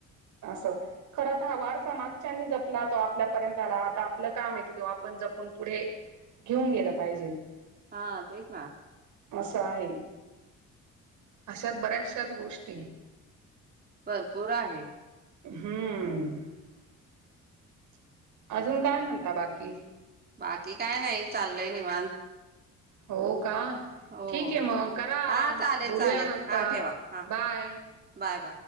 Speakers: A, on the right; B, on the right.
A: असं खरं तर हा वारसा मागच्यानी जपला तो आपल्यापर्यंत आला आता आपलं काम हे की तो आपण जपून पुढे घेऊन गेलं पाहिजेत.
B: हा तेच ना
A: असं आहे अश्याच बऱ्याच. <unintelligible> गोष्टी
B: भरपूर आहे
A: हम्म अजून काय म्हणता बाकी?
B: बाकी काय नाही चाललंय निवांत.
A: हो का
B: हो.
A: ठीक हे मग करा
B: हा
A: आराम
B: चालेल
A: बोलूया
B: चालेल
A: नंतर
B: हा ठेवा हा
A: बाय
B: बाय बाय